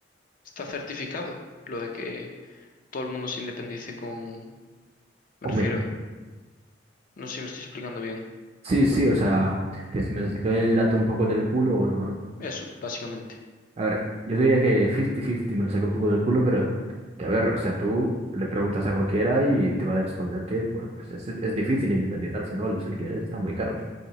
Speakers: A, on the left; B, on the right.
A: está certificado lo de que todo el mundo se independice con, me
B: hombre,
A: refiero, no sé si me estoy explicando bien.
B: sí, sí, o sea, que si me saqué el dato un poco del culo o no, ¿no?
A: Eso, básicamente.
B: A ver, yo diría que 50-50 me lo saqué un poco del culo, pero que a ver, o sea, tú le preguntas a cualquiera y te va a responder que, bueno, pues es, es difícil independizarse, ¿no? Los alquileres están muy caros.